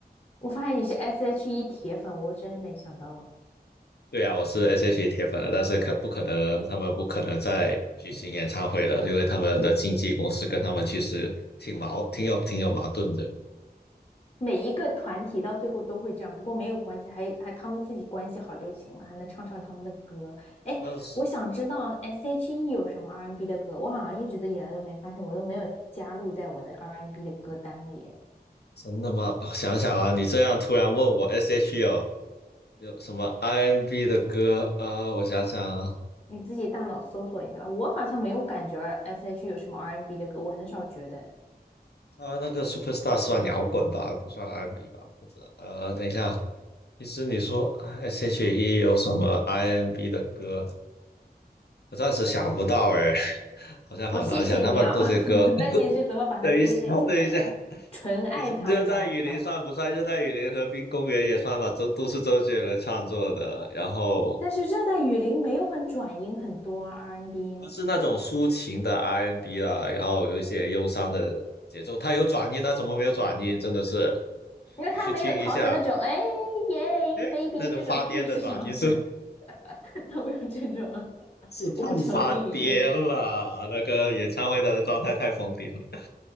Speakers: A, on the left; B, on the left.
A: 我发现你是 S.H.E 铁粉，我真没想到啊。
B: 对啊，我是 S.H.E 铁粉了，但是可不可能他们不可能再举行演唱会了，因为他们的经纪公司跟他们其实挺矛挺有挺有矛盾的。
A: 每一个团体到最后都会这样，不过没有关系，还还他们自己关系好就行了，还能唱唱他们的歌。哎，
B: 但是
A: 我想知道 S.H.E 有什么 R&B N 的歌，我好像一直都以来都没发现，我都没有加入在我的 R&B N 的歌单里
B: 真的吗？哦想想啊，你这样突然问我 S.H.E 有有什么 R&B n 的歌啊、我想想啊，
A: 你自己大脑搜索一下吧，我好像没有感觉 S.H.E 有什么 R&B N 的歌，我很少觉得。
B: 他那个 Superstar 算摇滚吧，不算 R&B n 吧？或者道。呃，等一下。其实你说 S.H.E 有什么 I.N.B 的歌，我暂时想不到哎，<laughs> 好像好难想。
A: 我谢谢你啊，
B: 他们都这歌，
A: <laughs>
B: <laughs>
A: 那你是怎么把它归类进来的？
B: 等一下，等一下，
A: 纯爱他们家是吧？
B: 等一下，热带雨林算不算？热带雨林、和滨公园也算吧，都都是周杰伦创作的。然后
A: 但是热带雨林没有很转音很多啊 R N b
B: 它是那种抒情的 R&B n 啊，然后有一些忧伤的节奏，它有转音啊，它怎么没有转音？真的是，
A: 因为他没有陶喆那种哎
B: 你去听一下，
A: 耶
B: 哎，
A: baby
B: 那种发癫的转音是
A: 这种，他没有这种，<laughs> 他没有这种，
B: 是太发癫了，
A: 我不同意你的，
B: <laughs> 那个演唱会他的状态太疯癫了，